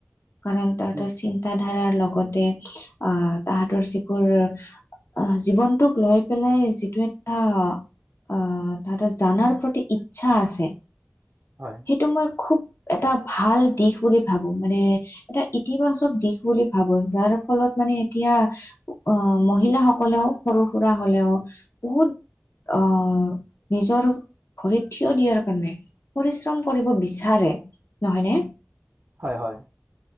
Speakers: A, on the left; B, on the right.
A: কাৰণ তাহাঁতৰ
B: হয়,
A: চিন তাধাৰাৰ লগতে, আহ তাহাঁতৰ যিবোৰ আহ, জীৱনটোক লৈ পেলাই যিটো এটা আহ তাহাঁতৰ জানাৰ প্ৰতি ইচ্ছা আছে।
B: হয়!
A: সেইটো মই খুব এটা ভাল দিশ বুলি ভাবোঁ। মানে এটা ইতিবাচক দিশ বুলি ভাবো। যাৰ ফলত মানে এতিয়া অ, মহিলাসকলেও সৰু-সুৰা হ'লেও বহুত অ‌ নিজৰ ভৰিত থিয় দিয়াৰ কাৰণে, পৰিশ্ৰম কৰিব বিচাৰে, নহয়নে?
B: হয়, হয়।